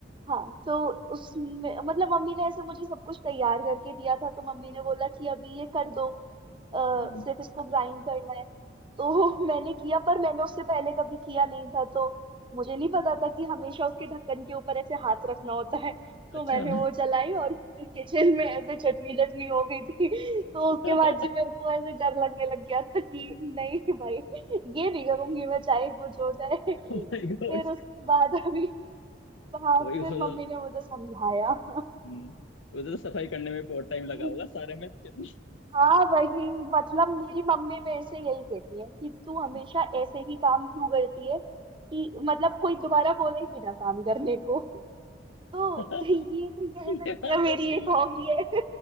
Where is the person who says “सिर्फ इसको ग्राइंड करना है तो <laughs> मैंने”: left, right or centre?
Right